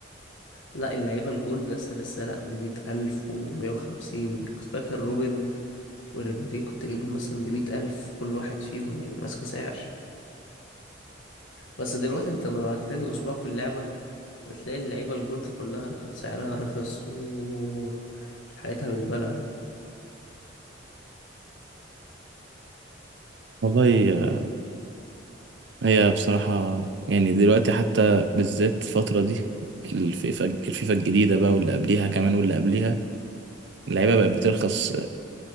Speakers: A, on the left (about 85°); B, on the right (about 65°).
A: لا اللعيبه الجولد لسه لسه لا ب 100000 الف و 150 فاكر روبن وريبيري كنت جايبهم مثلا بمية ألف كل واحد فيهم يعني ماسكة سعر بس دلوقتي انت بعد تاني أسبوع في اللعبة بتلاقي اللعيبة الجولد كلها رخ... سعرها رخص و حالتها بالبلع يعني.
B: والله هي بصراحة يعني دلوقتي حتى بالذات الفترة دي الفيفا الفيفا الجديدة بقى واللي قبليها كمان واللي قبليها اللعيبة بقت بترخص